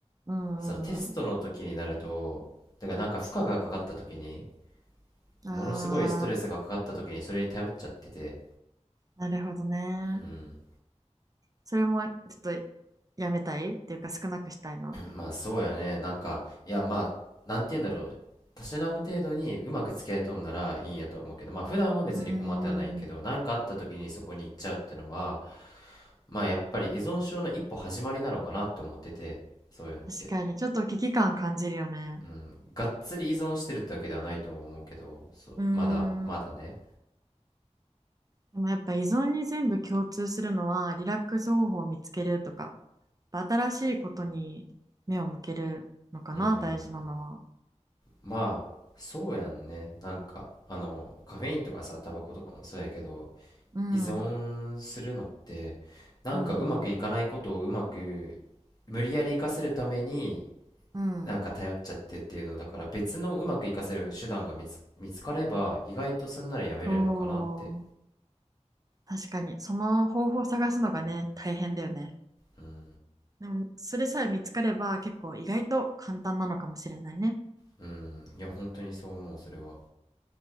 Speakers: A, on the right (about 30°); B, on the left (about 35°).
A: うんうん
B: そのテストの時になるとだからなんか負荷がかかった時に
A: うん。
B: ものすごいストレスがかかった時にそれに頼っちゃってて
A: ああ、なるほどね。
B: うん
A: それもちょっとやめたいっていうか少なくしたいの。
B: まあそうやね。なんか、いやまあ、なんて言うんだろう。たしなむ程度にうまく付き合いとんならいいんやと思うけど、まあ普段は別に困ってはないんけど、
A: うん、
B: なんかあった時にそこに行っちゃうってのは、まあやっぱり依存症の一歩始まりなのかなって思ってて、そういうのって。
A: 確かに、ちょっと危機感感じるよね。
B: うん、がっつり依存してるってわけではないと思うけど、そう、
A: うん、
B: まだ、まだね。
A: でもやっぱ依存に全部共通するのは、リラックス方法を見つけるとか、やっぱ新しいことに目を向けるのかな、
B: うん、
A: 大事なのは。
B: まあ、そうやんね。なんか、あの、カフェインとかさ、タバコとかもそうやけど、
A: うん、
B: 依存するのってなんかうまくいかないことをうまく
A: うん、うん、
B: 無理やり生かせるために
A: うん。
B: なんか頼っちゃってっていうのだから別のうまく生かせる手段が見つ、見つかれば意外とすんならやめれるのかなって
A: そう、確かに、その方法を探すのがね、大変だよね。
B: うん
A: でも、それさえ見つかれば、結構意外と簡単なのかもしれないね。
B: うんいや本当にそう思うそれは